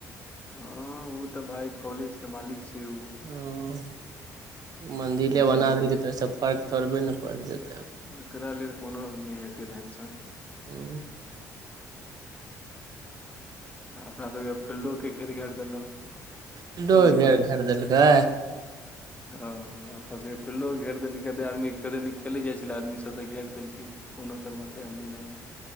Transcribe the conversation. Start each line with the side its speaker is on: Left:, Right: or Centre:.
Left: हं ओ तऽ भाय कॉलेज के मालिक छै ओ
Right: हूं मन्दिले
Left: तीन चारि
Right: बना
Left: गो
Right: देलकै तऽ ओसे फर्क थोड़बे न पड़ि जेतै
Left: एकरा लेल कोनो नहि हेतै धन शन
Right: हू
Left: अपना सभके फील्डोके घेर घारि देलक
Right: फिल्डो
Left: खेले
Right: घेर घारि देलकै
Left: ओ अपना सबके फील्डो घेर देलकै कते आदमीे कतेक नीक खेलै जाइत छलै आदमी सब तऽ घेर देलकै कोनो कर्मक आब नहि रहलै